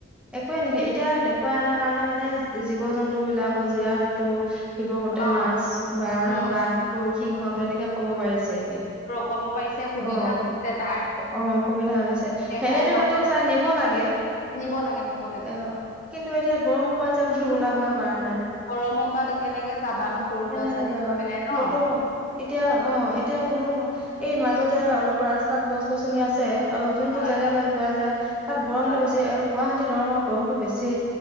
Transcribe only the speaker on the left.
অ
উম
উম
ক'ব পাৰিছে সুবিধা
হৈছে তাৰ
দেখাতো
নিব লাগে নিব লাগে
গৰমৰ পা তে কেনেকে যাবানো সৰু
ল'ৰা ছোৱালী
লৈ পেলাই ন
হয়
হয়